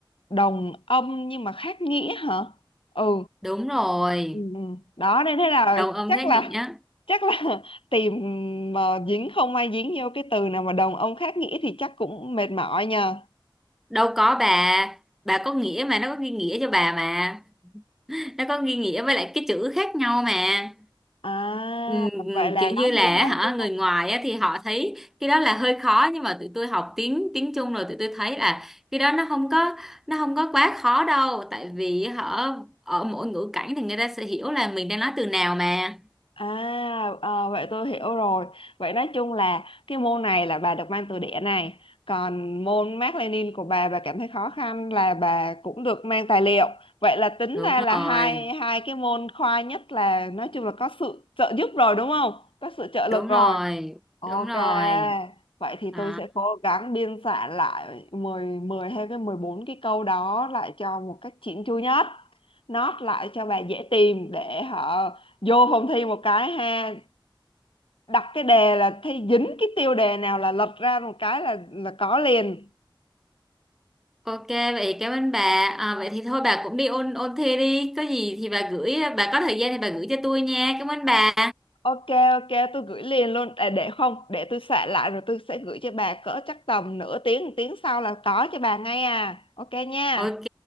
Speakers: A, on the left; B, in the centre.
A: đồng âm nhưng mà khác nghĩa hả? Ừ,
B: Đúng rồi.
A: Ừ. ừ. Đó nên thế là
B: Đồng âm
A: chắc
B: khác
A: là
B: nghĩa.
A: chắc là <laughs> tìm mà dính không ai dính vô cái từ nào mà đồng âm khác nghĩa thì chắc cũng mệt mỏi nhờ.
B: Đâu có bà. Bà có nghĩa mà nó có ghi nghĩa cho bà mà. Nó có ghi nghĩa với lại cái chữ khác nhau mà.
A: À,
B: Ừm,
A: vậy là
B: kiểu
A: nó
B: như là
A: lý thuyết
B: hả
A: đúng
B: người
A: không?
B: ngoài á, thì họ thấy cái đó là hơi khó nhưng mà tụi tôi học tiếng tiếng Trung rồi tụi tôi thấy là cái đó nó không có nó không có quá khó đâu tại vì họ ở mỗi ngữ cảnh thì người ta sẽ hiểu là mình đang nói từ nào mà
A: À, ờ, vậy tôi hiểu rồi. Vậy nói chung là cái môn này là bà được mang từ đẻ này. Còn môn Mác Lênin của bà bà cảm thấy khó khăn là bà cũng được mang tài liệu. Vậy là tính
B: đúng
A: ra là
B: rồi
A: hai hai cái môn khoa nhất là nói chung là có sự trợ giúp rồi đúng không? Có sự trợ
B: đúng
A: lực
B: rồi
A: rồi. Ok,
B: đúng rồi
A: vậy thì tôi
B: đó
A: sẽ cố gắng biên soạn lại mười, mười hay cái 14 cái câu đó lại cho một cách chỉn chu nhất. Note lại cho bà dễ tìm để họ vô phòng thi một cái ha. Đặt cái đề là thi dính cái tiêu đề nào là lật ra một cái là là có liền.
B: ok vậy cảm ơn bà à, vậy thì thôi bà cũng đi ôn ôn thi đi có gì thì bà gửi bà có thời gian thì bà gửi cho tôi nha cảm ơn bà
A: Ok ok tôi gửi liền luôn à, để không để tôi soạn lại rồi tôi sẽ gửi cho bà cỡ chắc tầm nửa tiếng một tiếng sau là có cho bà ngay à. Ok nha.
B: ok